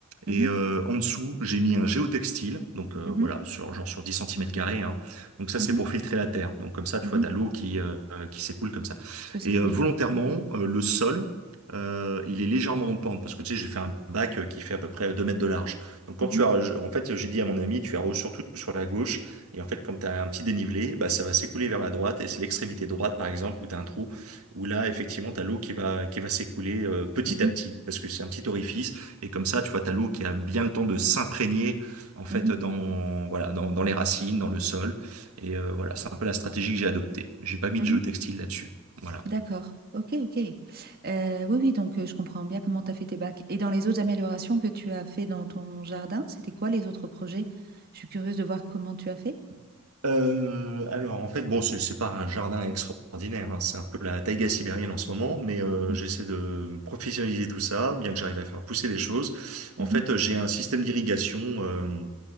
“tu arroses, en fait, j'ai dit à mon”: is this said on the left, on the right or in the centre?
Right